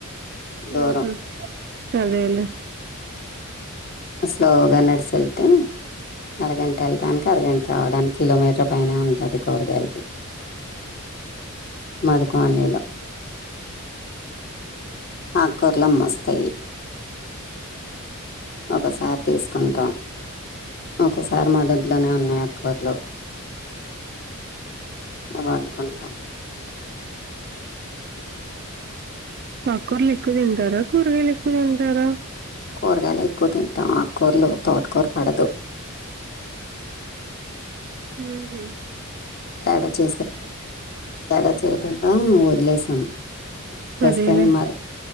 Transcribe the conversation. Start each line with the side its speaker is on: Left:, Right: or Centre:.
Left: దూరం
Right: ఉ హు సరేలే
Left: స్లోగా నడిసేల్తే అరగంట వెళ్ళడానికి అరగంట రావడానికి కిలోమీటర్ పైనే ఉంటది కూరగాయలకి మాది కాలనీ లో ఆకూరలు అమ్మోస్తాయి. ఒకసారి తీసుకుంటాం ఒకసారి మా దొడ్లోనే ఉన్నాయి ఆకూరలు వండుకుంటాం
Right: ఆకూరలు ఎక్కువ తింటారా కూరగాయలు ఎక్కువ తింటారా
Left: కూరగాయలే ఎక్కువ తింటాం ఆకూరలు తోటకూర పడదు
Right: ఉ హు
Left: తేడా చేసేద్ది తేడా చేయటంలా వదిలేసాము ప్రస్తుతనికి
Right: అదేలే
Left: మాది